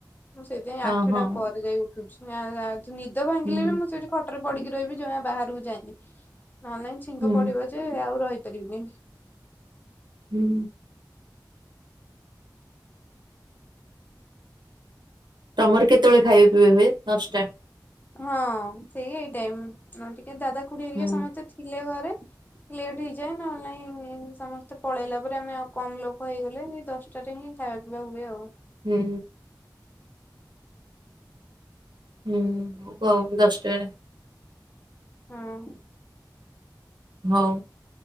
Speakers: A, on the left; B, on the right.
A: ମୁଁ ସେଇଥିପାଇଁ ଆଠେଟା
B: ହଁ ହଁ
A: ପରେ ଯାଇ ଉଠୁଚି। ଆଁ ଆଜ୍ ନିଦ ଭାଙ୍ଗିଲେ
B: ହୁଁ
A: ବି ମୁଁ ସେଠି ଖ ଖଟରେ ପଡିକି ରହିବି ଜମା ବାହାରକୁ ଯାଏନି। ନହେଲେ ନାଇଁ ଛିଙ୍କ
B: ହୁଁ
A: ପଡିବ ଯେ ଆଉ ରହିପାରିବିନି।
B: ହୁଁ। ତମର କେତେବେଳେ ଖାଇବା ପିଇବା ହୁଏ ଦଶଟା।
A: ହଁ ସେଇ ଏଇ ଟାଇମ୍ ନହେନେ ଟିକେ ଦାଦା ଖୁଡି ହେରିକା
B: ହୁଁ
A: ସମସ୍ତେ ଥିଲେ ଘରେ ଲେଟ୍ ହେଇଯାଏ ନହେଲେ ନାଇଁ ସମସ୍ତେ ପଳେଇଲା ପରେ ଆମେ ଆଉ କମ୍ ଲୋକ ହେଇଗଲେ ହେଇ ଦଶଟାରେ ହିଁ ଖାଇବା ପିଇବା ହୁଏ ଆଉ।
B: ହୁଁ ହୁଁ ଭୋକ ହବ ଦଶଟା
A: ହଁ।
B: ହଉ